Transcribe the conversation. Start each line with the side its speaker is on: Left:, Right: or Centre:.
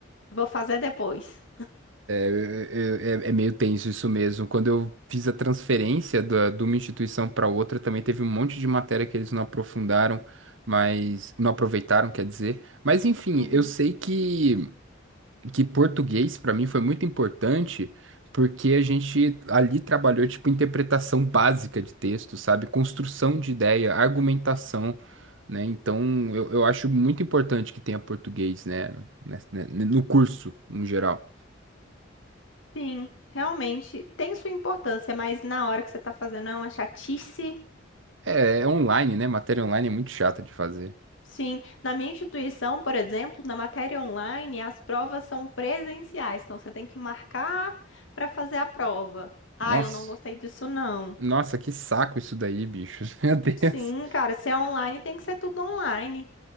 Left: vou fazer depois.
Right: É, é é, é meio tenso isso mesmo. Quando eu fiz a transferência da- de uma instituição para outra, também teve um monte de matéria que eles não aprofundaram, mas não aproveitaram, quer dizer. Mas enfim,
Left: Uhum.
Right: eu sei que, que português para mim foi muito importante, porque a gente ali trabalhou tipo interpretação básica de texto, sabe? Construção de ideia, argumentação, né? Então eu, eu acho muito importante que tenha português, né? Ness- né, No curso, no geral.
Left: Sim, realmente tem sua importância, mas na hora que você tá fazendo é uma chatice
Right: É, é online, né? Matéria online é muito chata de fazer.
Left: Sim, na minha instituição, por exemplo, na matéria online, as provas são presenciais, então você tem que marcar para fazer a prova. Ah,
Right: Nossa,
Left: eu não gostei disso, não.
Right: nossa, que saco isso daí, bicho. <laughs> Meu Deus.
Left: Sim, cara, se é online, tem que ser tudo online.